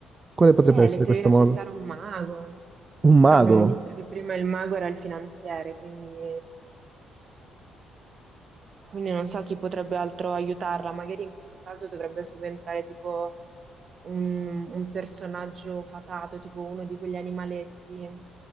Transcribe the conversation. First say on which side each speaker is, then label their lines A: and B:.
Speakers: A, on the right; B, on the right.
A: Quale potrebbe
B: eh,
A: essere
B: le serviva
A: questo modo?
B: cercare un mago.
A: Un
B: Però
A: mago?
B: abbiamo visto che prima il mago era il finanziere, quindi Quindi non so chi potrebbe altro aiutarla, magari in questo caso dovrebbe subentrare tipo un, un personaggio fatato, tipo uno di quegli animaletti